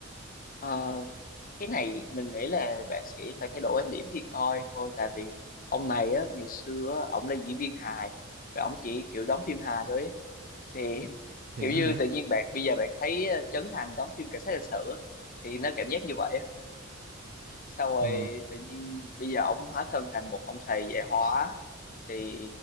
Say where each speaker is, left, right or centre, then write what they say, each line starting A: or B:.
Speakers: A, on the left (about 40°); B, on the right (about 40°).
A: Ờ, cái này mình nghĩ là bạn sẽ phải thay đổi quan điểm khi coi thôi tại vì ông này á ngày xưa á, ông là diễn viên hài và ông chỉ kiểu đóng phim hài thôi ấy. thì <laughs>
B: thiệt
A: kiểu như
B: á hả
A: tự nhiên bạn bây giờ bạn thấy ờ, Trấn Thành đóng phim cảnh sát hình sự á, thì nó cảm giác như vậy sau rồi
B: ờ
A: tự nhiên bây giờ ổng hóa thân thành một ông thầy dạy hóa thì